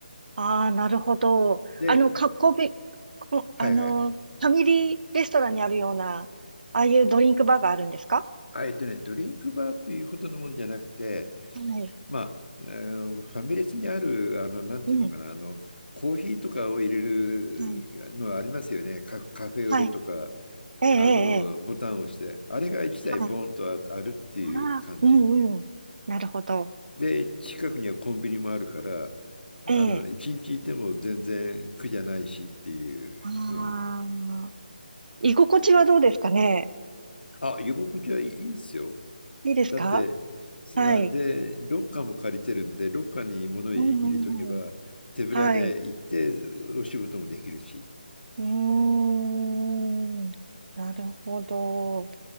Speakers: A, on the right; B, on the left.
A: ああ、なるほど。
B: で、
A: あの、かっこび、こあの、
B: はいはいはい。
A: ファミリーレストランにあるような、ああいうドリンクバーがあるんですか
B: あえてね、ドリンクバーというほどのもんじゃなくて、
A: はい。
B: まあ、あのファミレスにある、あの、なんていうのかな、
A: うん。
B: あの、コーヒーとかを入れるのありますよね、
A: はい。
B: カ、カフェオレとか、
A: はい。ええ、ええ、
B: あの、
A: ええ
B: ボタンを押して、あれが1台ボンとああるっていう感じ。
A: はい。ああ、うんうん。なるほど。
B: で、近くにはコンビニもあるから、あの、
A: ええ。
B: 1日いても全然苦じゃないしっていう、
A: ああ、
B: うん。
A: 居心地はどうですかね
B: あ、居心地はいいですよ。
A: いいですか
B: だって、
A: はい。
B: あで、ロッカーも借りてるんで、ロッカーに物入入れとけば、
A: うんうんうん。
B: 手ぶらで行ってお仕事もできるし、
A: はい。うーん。なるほど。